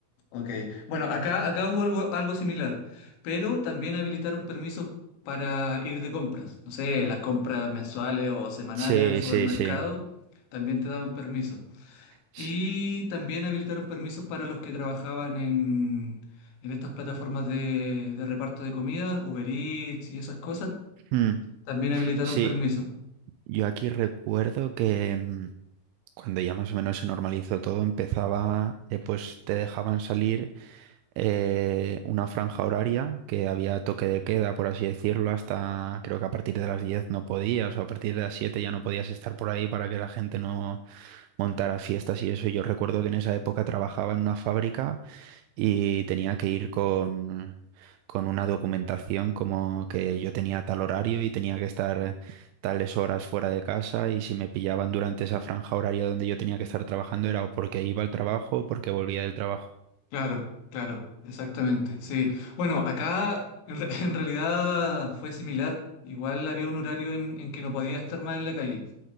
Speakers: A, on the left; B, on the right.
A: ok. Bueno, acá, acá hubo algo, algo similar, pero también habilitaron permisos para ir de compras. No sé, las compras mensuales o semanales
B: Sí,
A: al supermercado
B: sí, sí.
A: también te daban permiso.
B: Sí,
A: Y también habilitaron permisos para los que trabajaban en, en estas plataformas de, de reparto de comida, Uber Eats y esas cosas.
B: mm,
A: También habilitaron
B: sí.
A: permisos.
B: yo aquí recuerdo que mm, cuando ya más o menos se normalizó todo, empezaba, eh, pues te dejaban salir eh, una franja horaria que había toque de queda, por así decirlo, hasta creo que a partir de las 10 no podías, o a partir de las 7 ya no podías estar por ahí para que la gente no montara fiestas y eso. Y yo recuerdo que en esa época trabajaba en una fábrica y tenía que ir con, con una documentación como que yo tenía tal horario y tenía que estar tales horas fuera de casa y si me pillaban durante esa franja horaria donde yo tenía que estar trabajando era o porque iba al trabajo o porque volvía del trabajo.
A: Claro, claro, exactamente, sí. Bueno, acá en, re- <laughs> en realidad fue similar. Igual había un horario en, en que no podía estar más en la calle.